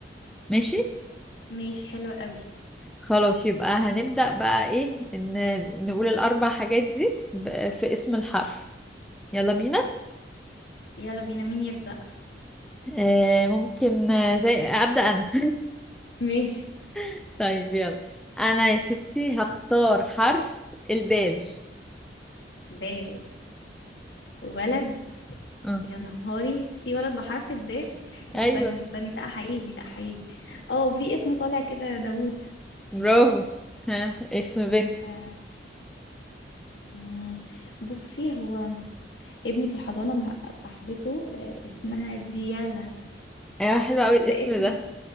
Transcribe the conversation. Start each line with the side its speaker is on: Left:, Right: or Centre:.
Centre: ماشي؟
Left: ماشي حلو قوي
Centre: خلاص يبقى هنبدأ بقى ايه ان نقول الاربع حاجات دي ب- في اسم الحرف يلا بينا
Left: يلا بينا مين يبدأ
Centre: آه ممكن آه، زي أبدأ انا
Left: ماشي
Centre: <laughs> طيب يلا انا يا ستي هختار حرف الدال
Left: دال ولد
Centre: اه
Left: يا نهاري في ولد بحرف الدال استني
Centre: ايوه
Left: استني لا هيجي لا هيجي اه في اسم طالع كده داوود
Centre: برافو ها اسم بنت
Left: آه، مم. بصي هو ابني في الحضانة مع صاحبته آه، اسمها ديالا
Centre: ايوه حلو قوي
Left: ده
Centre: الاسم
Left: اسمي
Centre: ده